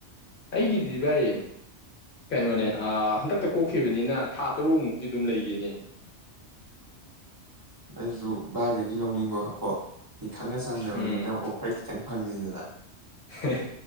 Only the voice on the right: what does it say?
ꯑꯩꯁꯨ ꯚꯥꯏꯗꯒꯤ ꯂꯧꯅꯤꯡꯕꯄꯣ ꯑꯩ ꯈꯪꯅ ꯆꯥꯟꯅꯕꯅꯤ
ꯅꯪ ꯑꯣꯐꯔ ꯈꯤꯇꯪ ꯐꯪꯉꯤꯗꯨꯗ